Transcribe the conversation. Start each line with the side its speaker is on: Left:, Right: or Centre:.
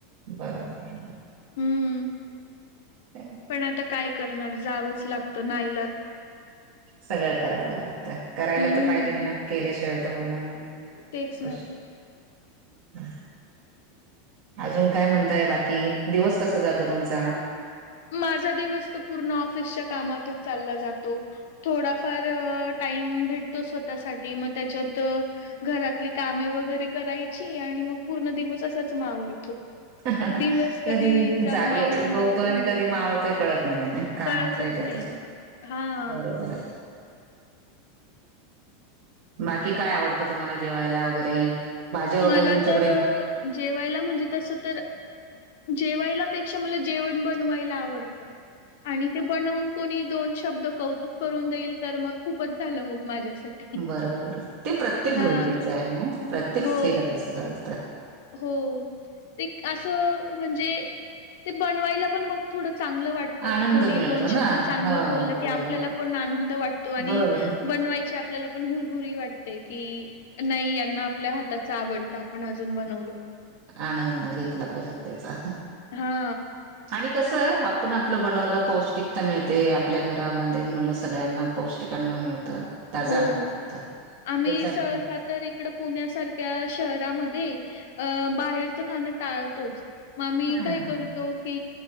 Right: बरोबर
Left: हम्म
Right: ह
Left: पण आता काय करणार जावंच लागतं नाई
Right: सगळं करावं लागतं करायला
Left: हम्म.
Right: तर पाहिजेल ना केल्याशिवाय तर होणार नाही.
Left: तेच ना
Right: अशे हम अजून काय म्हणताय बाकी दिवस कसा जातो तुमचा.
Left: माझा दिवस तर पूर्ण ऑफिसच्या कामातच चालला जातो. थोडाफार टाइम भेटतो स्वतःसाठी मग त्याच्यात घरातली कामे वगैरे करायची आणि मग पूर्ण दिवस असाच मावळतो.
Right: कधी
Left: दिवस कधीचा
Right: जा
Left: मावळून
Right: उगवतोय
Left: जातो
Right: आणि
Left: समजत
Right: कधी
Left: पण नाही.
Right: मावतोय कळत नाही.
Left: कळतच
Right: ता
Left: नाही. हां.
Right: बरोबर. बाकी काय आवडतं तुम्हाला जेवायला वगैरे भाज्या वगैरे
Left: मला
Right: तुमच्याकडे
Left: तर जेवायला म्हणजे तस तर जेवायला पेक्षा मला जेवण ब बनवायला आवडतं आणि ते बनवून कोणी दोन शब्द कौतुक करून देईल तर मग खूपच झालं मग माझ्यासाठी.
Right: बरोबर ते प्रत्येक
Left: हां.
Right: गृहिणीचे आहे ना प्रत्येक
Left: हो,
Right: स्त्रीला तसच वाटत
Left: हो ते असं म्हणजे ते बनवायला पण मग थोडं चांगलं वाटत
Right: आनंद
Left: की कोणी
Right: मिळतो
Left: दोन
Right: ना
Left: शब्द चांगलं
Right: हो
Left: बोलल
Right: बोलला
Left: की आपल्याला पण आनंद वाटतो आणि
Right: बरोबर ना
Left: बनवायची आपल्याला पण हुरहुरी वाटते की नाही यांना आपल्या हाताच आवडत आपण ज बन
Right: आनंद घेतला पाहिजे त्याचा
Left: हा
Right: आणि कसं आहे आपण आपलं बनवलं पौष्टिकता मिळते आपल्या घरामध्ये मु सगळ्यांना पौष्टिकांना मिळतं ताजं
Left: हो
Right: अ मिळत त्याच
Left: आम्ही
Right: आपण
Left: सहसा तर इकडं पुण्यासारख्या शहरामध्ये अ बाहेरचं खाणं टाळतोच मग आ मी
Right: हा
Left: काय करतो की